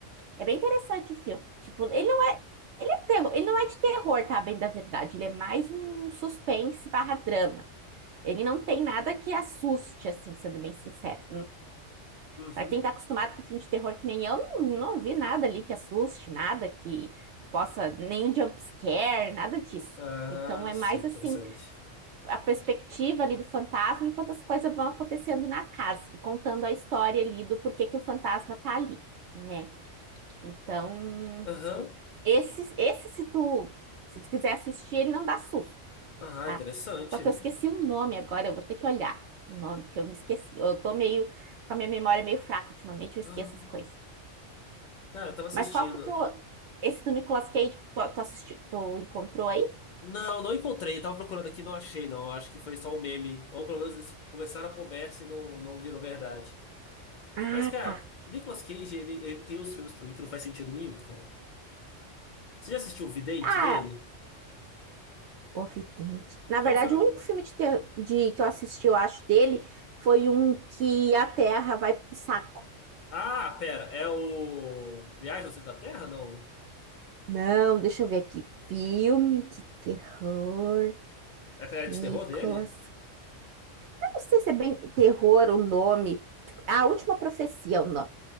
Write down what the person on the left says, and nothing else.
Uhum.
Ah,
sim,
interessante.
Aham.
Ah,
interessante.
Aham.
Cara, eu tava assistindo.
Não, não encontrei. Tava procurando aqui, e não achei, não. Acho que foi só um meme. Ou pelo menos eles começaram a conversa e não, não virou verdade.
Mas, cara,
Nicolas Cage, ele, ele tem uns filmes pra mim que não faz sentido nenhum, cara. Você já assistiu O Vidente
dele?
É um filme.
Ah, pera, é o. Viagem ao Centro da Terra? Não.
É é de
terror dele?